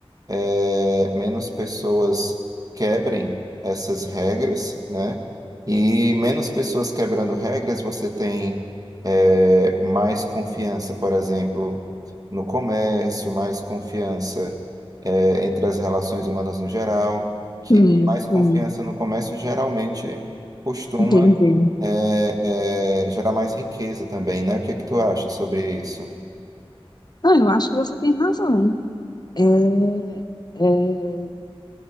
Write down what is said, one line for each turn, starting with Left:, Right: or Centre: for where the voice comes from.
Right: é, menos pessoas quebrem essas regras, né? E menos pessoas quebrando regras, você tem é, mais confiança, por exemplo, no comércio, mais confiança é, entre as relações humanas no geral, que
Left: Sim,
Right: mais confiança
Left: sim,
Right: no comércio geralmente costuma
Left: entendi.
Right: é, é, gerar mais riqueza também, né? O que é que tu acha sobre isso?
Left: Não, eu acho que você tem razão. É, é,